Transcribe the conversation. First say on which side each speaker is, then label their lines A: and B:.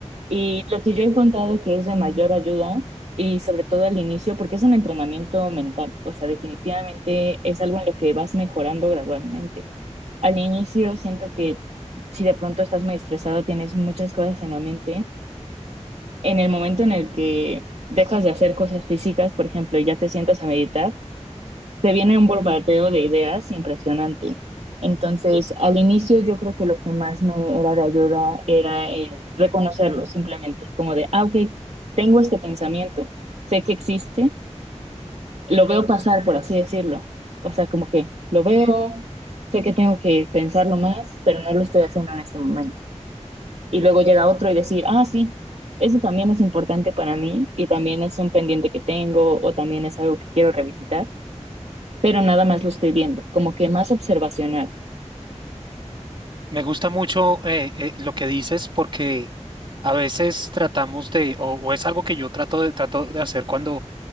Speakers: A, on the right (about 60°); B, on the right (about 45°).
A: Y lo que yo he encontrado que es de mayor ayuda y sobre todo al inicio, porque es un entrenamiento mental, o sea, definitivamente es algo en lo que vas mejorando gradualmente. Al inicio siento que si de pronto estás muy estresado, tienes muchas cosas en la mente, en el momento en el que dejas de hacer cosas físicas, por ejemplo, y ya te sientas a meditar, te viene un bombardeo de ideas impresionante. Entonces, al inicio yo creo que lo que más me era de ayuda era el reconocerlo simplemente, como de, ah, ok, tengo este pensamiento, sé que existe, lo veo pasar, por así decirlo. O sea, como que lo veo, sé que tengo que pensarlo más, pero no lo estoy haciendo en este momento. Y luego llega otro y decir, ah, sí, eso también es importante para mí y también es un pendiente que tengo o también es algo que quiero revisitar, pero nada más lo estoy viendo, como que más observacional.
B: Me gusta mucho eh, eh, lo que dices porque a veces tratamos de, o, o es algo que yo trato de, trato de hacer cuando